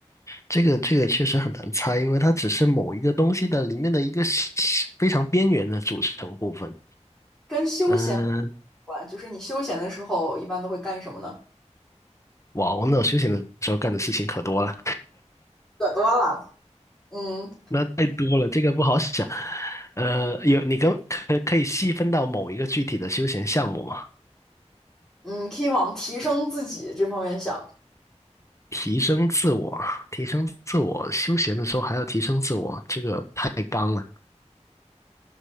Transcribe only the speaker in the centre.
跟休闲有
关，就是你休闲的时候一般都会干什么呢？
可多了，嗯
嗯，可以往提升自己这方面想，